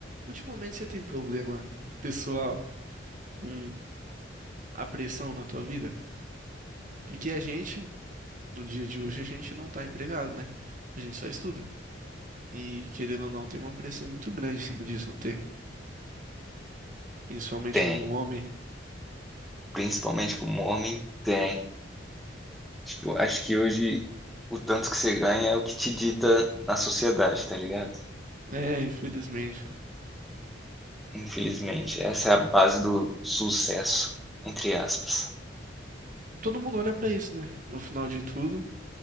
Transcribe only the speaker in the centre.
Tem.
Principalmente como homem, tem. Tipo, acho que hoje o tanto que você ganha é o que te dita na sociedade, tá ligado?
Infelizmente, essa é a base do sucesso, entre aspas.